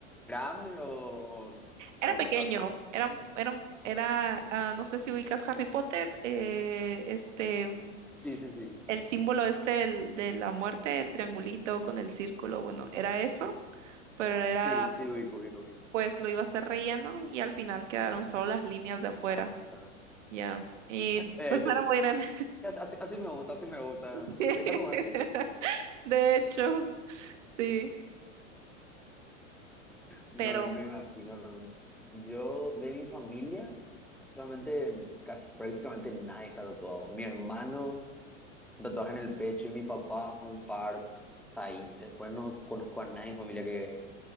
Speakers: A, in the centre; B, on the right.
A: grande o, o,
B: era
A: o
B: pequeño,
A: no tanto?
B: era, era, un- era, ah, no sé si ubicas Harry Potter, eh, este, mm,
A: Sí, sí, sí,
B: el símbolo este del- de la muerte, el triangulito con el círculo, bueno, era eso, pero era
A: sí, sí, ubico, ubico, ubico.
B: pues lo iba a hacer relleno y al final quedaron solo las líneas de afuera.
A: Ah, claro.
B: Ya. Y
A: Eh,
B: pues <laughs>
A: te-
B: no era muy grande.
A: así, así me gusta, así me gusta.
B: <laughs>
A: Déjanos así.
B: De hecho, sí.
A: No
B: Pero
A: me imagino. realmente. Yo, de mi familia, realmente casi prácticamente nadie está tatuado. Mi hermano, tatuaje en el pecho, y mi papá, un par, hasta ahí. Después no conozco a nadie en familia que,